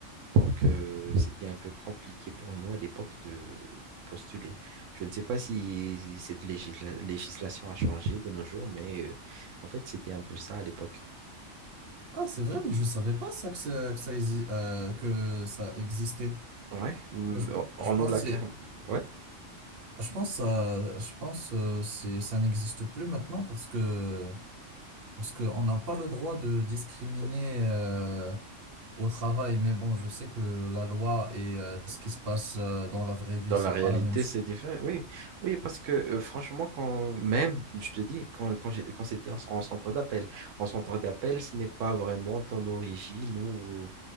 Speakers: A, on the right; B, on the right.
A: Donc, euh, c'était un peu compliqué pour nous à l'époque de, de postuler. Je ne sais pas si, si cette législa- législation a changé de nos jours, mais euh, en fait, c'était un peu ça à l'époque.
B: Ah, c'est vrai, mais je savais pas ça que, ça- que ça exi- euh, que ça existait.
A: Ouais, hum,
B: Je, pen-
A: on
B: je
A: on
B: pense
A: nous l'a
B: que
A: carrément.
B: c'est-
A: Ouais,
B: je pense ça je pense euh, c'est ça n'existe plus maintenant parce que parce que on n'a pas le droit de discriminer euh, au travail mais bon je sais que la loi et euh, ce qui se passe euh, dans la vraie vie
A: dans
B: c'est
A: la réalité,
B: pas la même chose.
A: c'est différent. Oui, oui, parce que euh, franchement, quand même, je te dis, quand, quand j'ai- quand c'était en, en centre d'appel, en centre d'appel, ce n'est pas vraiment ton origine ou